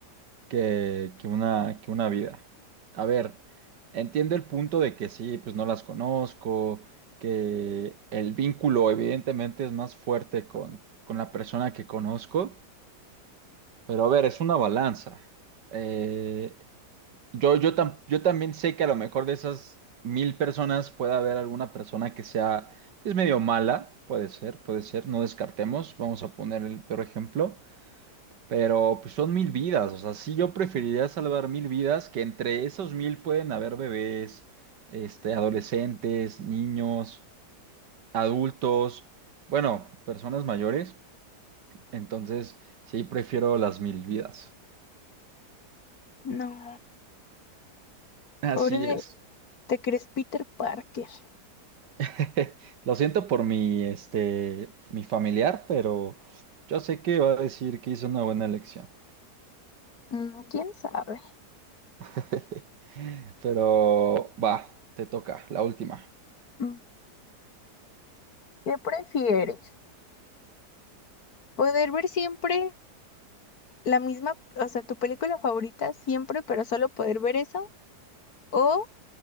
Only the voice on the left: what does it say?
No,
pobre de,
¿te crees Peter Parker?
Mm, ¿Quién sabe?
Mm, ¿Qué prefieres? Poder ver siempre la misma, o sea, tu película favorita siempre, pero solo poder ver eso, o